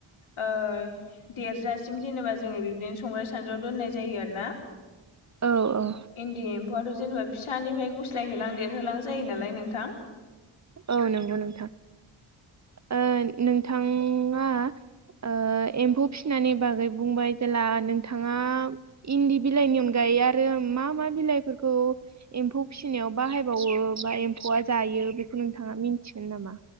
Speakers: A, on the left; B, on the right.
A: ओ देरजासे सिम जेनेबा जोङो बिदिनो संग्राय सानद्रियाव दोननाय जायो आरो ना।
B: औ औ
A: इन्दि एम्फौआथ' जेन'बा फिसानिफ्राय गुस्लायहोलां देरहोलां जायो नालाय नोंथां।
B: औ नंगौ नोंथां ओ नोंथाङा आ ओ एम्फौ फिसिनायनि बागै बुंबाय जेला नोंथाङा इन्दि बिलाइनि अनगायै आरो मा मा बिलाइफोरखौ एम्फौ फिसिनायाव बाहायबावो बा एम्फौआ जायो बेखौ नोंथाङा मिथिगोन नामा?